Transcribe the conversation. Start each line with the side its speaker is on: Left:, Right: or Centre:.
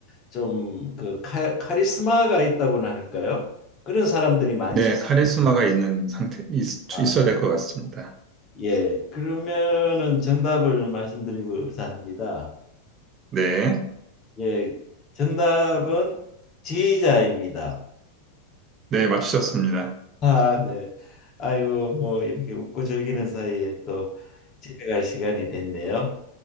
Left: 좀 그 카리스마가 있다고나 할까요? 그런 사람들이 많죠.
Right: 네, 카리스마가 있는 상태, 있,
Left: 아,
Right: 있어야 될 것 같습니다.
Left: 예. 그러면은 정답을 말씀드리고자 합니다.
Right: 네,
Left: 예. 정답은 지휘자입니다.
Right: 네, 맞추셨습니다.
Left: 아, 네. 아이고, 뭐 이렇게 웃고 즐기는 사이에 또 집에 갈 시간이 됐네요.